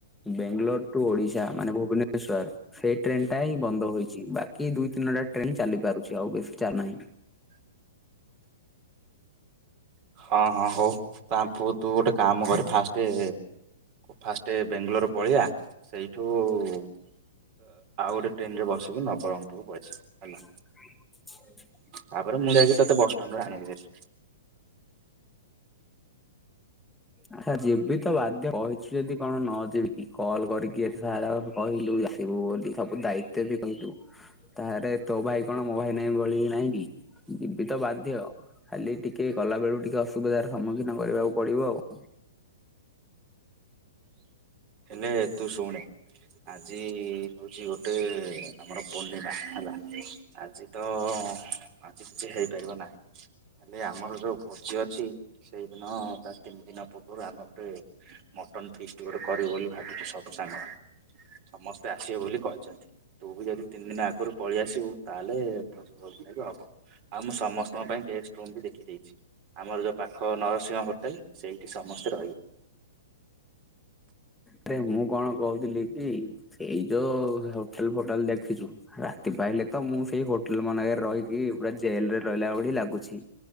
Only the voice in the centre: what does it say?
ବେଙ୍ଗାଲୋର ଟୁ ଓଡ଼ିଶା ମାନେ ଭୁବନେଶ୍ଵର। ସେଇ ଟ୍ରେନଟା ହିଁ ବନ୍ଦ ହୋଇଛି। ବାକି ଦୁଇ ତିନିଟା ଟ୍ରେନ ଚାଲି ପାରୁଛି ଆଉ ବେଶୀ ଚାଲୁନାହିଁ।
<inaudible>
ଆହା ଯିବି ତ ବାଧ୍ୟ କହିଛୁ ଯଦି କଣ ନ ଯିବି କି କଲ୍ କରିକି ସାର୍ ଆହ କହିଲୁ ଆଇବୁ ବୋଲି। ସବୁ ଦାୟିତ୍ୱ ବି କହିଲୁ ତାହରେ ତୋ ଭାଇ କଣ ମୋ ଭାଇ ନାଇଁ ଭଳି ନାହିଁ। ବି ଯିବି ତ ବାଧ୍ୟ। ଖାଲି ଟିକେ ଗଲା ବେଳକୁ ଟିକେ ଅସୁବିଧାର ସମ୍ମୁଖୀନ କରିବାକୁ ପଡିବ ଆଉ।
ଆରେ ମୁଁ କଣ କହୁଥିଲି କି ସେଇ ଯୋଉ ହୋଟେଲ ଫୋଟେଲ ଦେଖ ଛୁ ରାତି ପାିଲଲେ ତ ମୁଁ ସେଇ ହୋଟେଲ ମାନଙ୍କରେ ରହିକି ପୁରା ଜେଲରେ ରହିଲା ଭଳି ଲାଗୁଛି।